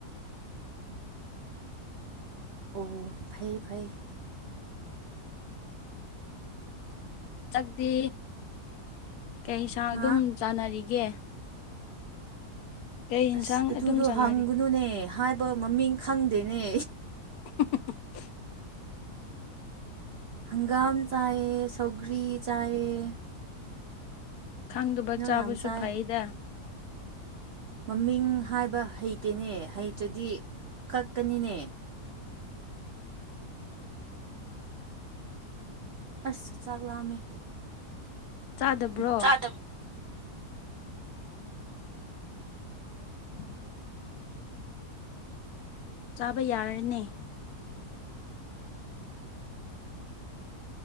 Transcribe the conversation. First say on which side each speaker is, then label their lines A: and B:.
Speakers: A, on the right (about 70°); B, on the left (about 75°).
A: ꯑꯣ ꯐꯩ ꯐꯩ
B: ꯆꯥꯛꯇꯤ ꯀꯩꯁꯥ ꯑꯗꯨꯝ
A: ꯍꯥ
B: ꯆꯥꯟꯅꯔꯤꯒꯦ ꯌꯦꯟꯁꯥꯡ
A: ꯑꯁ ꯑꯗꯨꯗꯣ
B: ꯑꯗꯨꯝ ꯆꯥꯅꯔꯤ
A: ꯍꯪꯒꯅꯨꯅꯦ ꯍꯥꯏꯕ ꯃꯃꯤꯡ ꯈꯪꯗꯦꯅꯦ
B: <unintelligible>
A: ꯍꯪꯒꯥꯝ ꯆꯥꯏꯌ‌ꯦ ꯁꯧꯒ꯭ꯔꯤ ꯆꯥꯏꯌ‌ꯦ
B: ꯈꯪꯗꯕ ꯆꯥꯕꯁꯨ
A: ꯌꯥꯝ ꯆꯥꯏ
B: ꯐꯩꯗ
A: ꯃꯃꯤꯡ ꯍꯥꯏꯕ ꯍꯩꯇꯦꯅꯦ ꯍꯩꯇ꯭ꯔꯗꯤ ꯀꯛꯀꯅꯤꯅꯦ ꯑꯁ ꯆꯥꯛ ꯂꯥꯝꯃꯦ
B: ꯆꯥꯗꯕ꯭ꯔꯣ
A: ꯆꯥꯗꯕ
B: <inaudible> ꯆꯥꯕ ꯌꯥꯔꯅꯤ